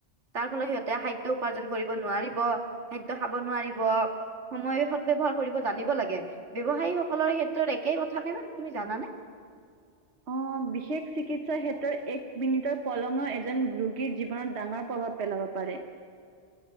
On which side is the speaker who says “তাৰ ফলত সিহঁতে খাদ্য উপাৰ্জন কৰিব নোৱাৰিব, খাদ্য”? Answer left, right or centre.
Right